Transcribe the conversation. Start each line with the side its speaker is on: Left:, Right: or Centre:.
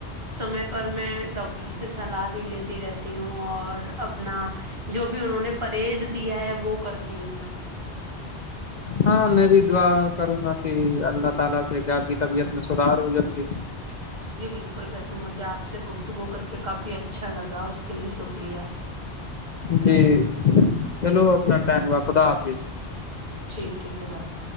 Right: سمے پر میں ڈاک ڈاکٹر سے صلاح بھی لیتی رہتی ہوں اور اپنا جو بھی انہوں نے پرہیز دیا ہے وہ کرتی ہوں میںی
Left: ہاں میں بھی دعا کروں گا کہ اللہ تعالی سے اپ کی طبیعت میں سرار ہو جلدی
Right: جی بالکل ویسے مجھے آپ سے گفتگو کر کے کافی اچھا لگا اس کے لیے شکریہ
Left: جی چلو اپنا ٹائم آپد آف
Right: ٹھیک ٹھیک خد حافظ